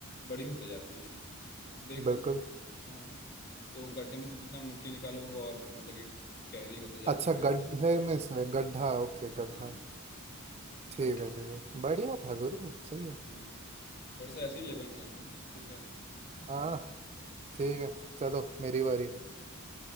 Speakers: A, on the left (about 45°); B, on the right (about 30°).
A: बड़ी होते जाती है देख ली
B: बिल्कुल
A: उसने हाँ तो गड्ढे में से जितना मिट्टी निकालो वो और मतलब कि गहरी होते जाती
B: अच्छा
A: है बड़ी
B: गड्ढे
A: होती है
B: में से गड्ढा ओके गड्ढा
A: हाँ
B: ठीक
A: गड्ढा
B: है ठीक है बढ़िया था गुरु सही है
A: हाँ थोड़ा सा ऐसे ही लेवल के आएंगे ठीक है
B: हाँ ठीक है चलो मेरी बारी